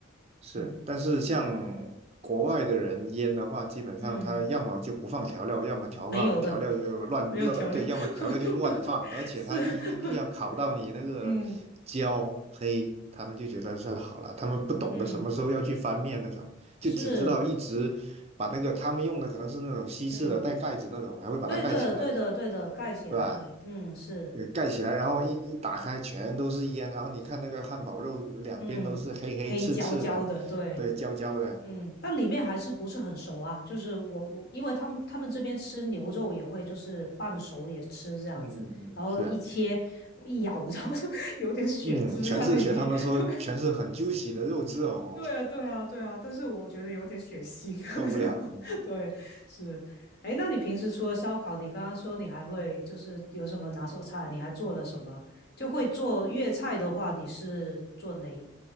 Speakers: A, on the right; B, on the left.
A: 是，
B: 嗯
A: 但是像国外的人腌的话，基本上他要么就不放调料，
B: 嗯，
A: 要么调放调料就乱乱，
B: 没有的，没有调料，
A: 对，要么调料就乱放，
B: <laughs>
A: 而且他一一定要烤到你那个焦黑，
B: 是，<laughs> 嗯
A: 他们就觉得是好了，他们不懂得什么时候要去翻面那种，
B: 嗯
A: 就只知道一直把那个他们用的可能是那种西式的带盖子那种，
B: 是，嗯，
A: 还会把它盖起来的，
B: 对对对的对的，盖起来，
A: 是吧？
B: 对，嗯是，
A: 也盖起来，然后一一打开全都是烟，然后你看那个汉堡肉两边都是黑黑刺刺的，
B: 嗯，黑焦焦的，对，
A: 对，焦焦的，
B: 嗯，但里面还是不是很熟啊，就是我我，因为他们他们这边吃牛肉也会就是半熟也吃这样子，
A: 嗯嗯嗯，
B: 然后一切我一咬，
A: 是啊，
B: <laughs> 然后就有点血汁在里面，
A: 嗯，全是学他们说全是很
B: <laughs> 对，
A: juicy 的肉质哦，
B: 对啊，对啊，对啊，但是我觉得有点血腥，
A: 受不了哦，
B: 啊。<laughs> 就对，
A: 嗯
B: 是。哎，那你平时除了烧烤，你刚刚说你还会就是有什么拿手菜？你还做了什么？就会做粤菜的话，你是做哪